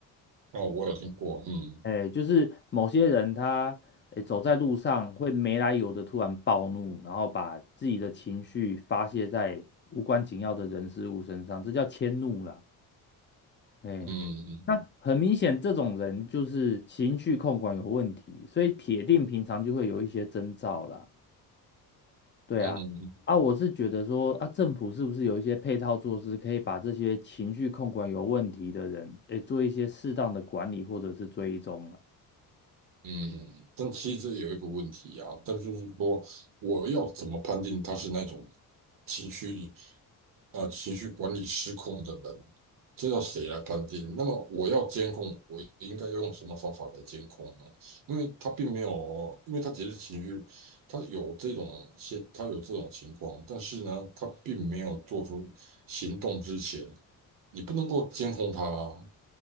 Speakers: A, on the right; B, on the left.
A: 哦，我有听过，嗯
B: 哎，就是某些人他，哎，走在路上会没来由的突然暴怒，然后把自己的情绪发泄在无关紧要的人事物身上，这叫迁怒啦。哎，
A: 嗯。嗯
B: 那很明显，这种人就是情绪控管有问题，所以铁定平常就会有一些征兆啦。对啊，
A: 嗯
B: 啊，我是觉得说，啊，政府是不是有一些配套措施，可以把这些情绪控管有问题的人，哎，做一些适当的管理或者是追踪啊？
A: 嗯，但其实这有一个问题啊，但就是说，我要怎么判定他是那种情绪啊、呃情绪管理失控的人？这要谁来判定？那么我要监控，我应该要用什么方法来监控呢？因为他并没有，因为他只是情绪，他有这种现，他有这种情况，但是呢，他并没有做出行动之前，你不能够监控他啊